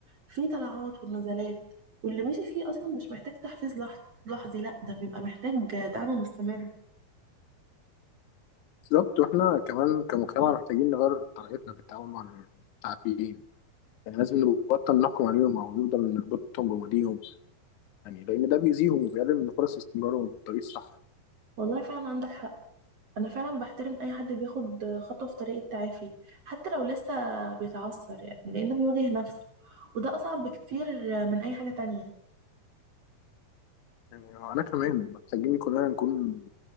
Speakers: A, on the right; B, on the left.
A: في طلعات ونزلات واللي ماشي فيه أصلا مش محتاج تحفيز لحظ- لحظي لأ ده بيبقى محتاج دعم مستمر
B: بالظبط وإحنا كمان كمجتمع محتاجين نغير طريقتنا في التعامل مع التعافيين يعني لازم نبطل نحكم عليهم أو نفضل نربطهم بماضيهم يعني لأن ده بيأذيهم وبيقلل من فرص استمرارهم في الطريق الصح
A: والله فعلا عندك حق انا فعلا بحترم اي حد بياخد خطوه في طريق التعافي حتى لو لسه بيتعثر يعني لانه بيواجه نفسه وده اصعب بكتير من اي حاجه تانية
B: يعني أنا كمان محتاجين كلنا نكون